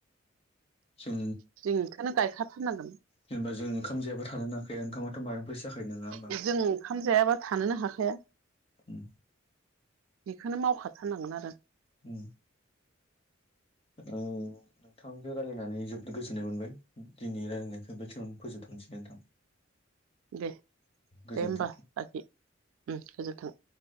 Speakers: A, on the left; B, on the right.
A: जों
B: जों बेखौनो गायखाथारनांगोन
A: जेनबा जों ओंखाम जाब थानो नाङाख ओंखामाथ' मबबो जाख नङा होमबा
B: जों ओंखाम जायाबा थानोनो हाखाया
A: उम
B: बेखौनो मावखाथारनांगोन आरो
A: उ औ नोंथांजों रायज्लायनानै जोोबद गोजोननाय मोनबाय दिनै रायलायनायखौ बेखिनियावनो फोजोबथ'नोसै नोंथां
B: दे दे
A: गोजोन्थों
B: होम्बा लााखि गोजोन्थों